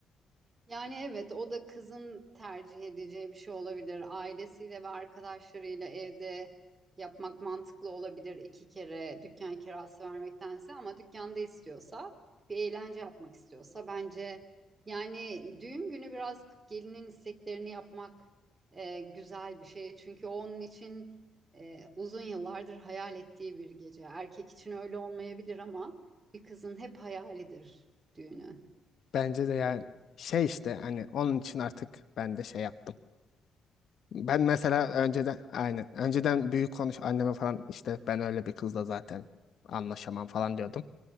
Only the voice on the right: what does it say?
Yani evet o da kızın tercih edeceği bir şey olabilir. Ailesiyle ve arkadaşlarıyla evde yapmak mantıklı olabilir. iki kere dükkan kirası vermektense ama dükkanda istiyorsa bir eğlence yapmak istiyorsa bence yani düğün günü biraz gelinin isteklerini yapmak e, güzel bir şey. Çünkü o onun için e, uzun yıllardır hayal ettiği bir gece. Erkek için öyle olmayabilir ama bir kızın hep hayalidir düğünü.